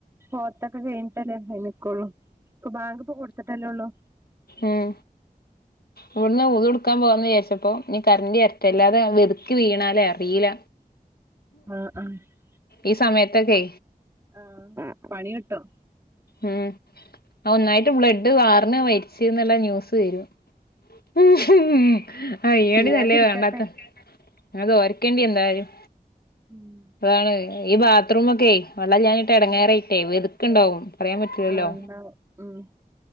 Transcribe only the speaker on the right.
ഓത്തൊക്കെ കഴിഞ്ഞിട്ടല്ലേ അയ്ന് നിക്കൊള്ളൂ ഇപ്പൊ ബാങ്ക് ഇപ്പോ കൊടുത്തിട്ടല്ലേ ഒള്ളു.
ആ ആ
ആ പണി കിട്ടും
ഇല്ലാതിരിക്കട്ടെ
ഉം.
ആ
ആ ഉണ്ടാവും ഉം.